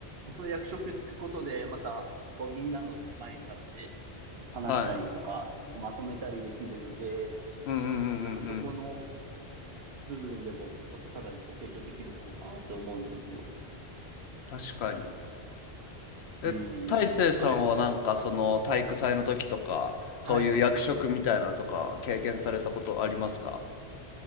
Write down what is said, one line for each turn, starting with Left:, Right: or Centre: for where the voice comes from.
Right: その役職つくことでまたこうみんなの前に立って話したりとか、
Left: はい
Right: まとめたりできるんで、
Left: うんうんうんうんうん
Right: なんかそこの部分でも、またさらにこう成長できるかなって思うんですよ。
Left: 確かにえ、
Right: うん。
Left: 大成さんはなんかその体育祭の時とか、
Right: はい。
Left: そういう役職みたいなのとか経験されたことありますか
Right: はい。